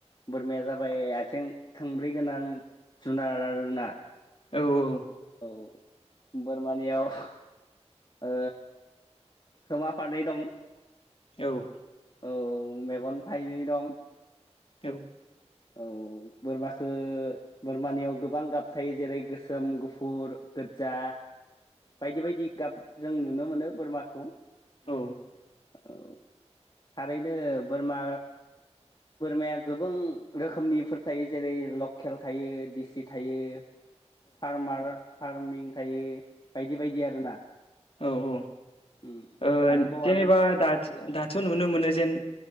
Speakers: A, on the left (about 40°); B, on the left (about 55°).
A: बोरमाया जाबाय आइ थिं थोंब्रै गोनां जुनार आरोना।
B: औ औ
A: औ बोरमानियाव ओ खोमा फारनै दं।
B: औ।
A: औ मेगन थाइनै दं।
B: औ
A: औ बोरमाखौ बोरमानियाव गोबां गाब थायो जेरै गोसोम, गुफुर, गोज्जा बायदि बायदि गाब जों नुनो मोनो बोरमाखौ।
B: औ।
A: औ। थारैनो बोरमा बोरमाया गोबां रोखोमनिफोर थायो जेरै लकेल थायो, दिस सि थायो, फार्मार फार फार्मिं थायो, बायदि बायदि आरोना।
B: औ औ
A: उम
B: ओ
A: आरोबाव
B: जेनेबा
A: आरो
B: दाथ दाथ' नु नुनो मोनो जेन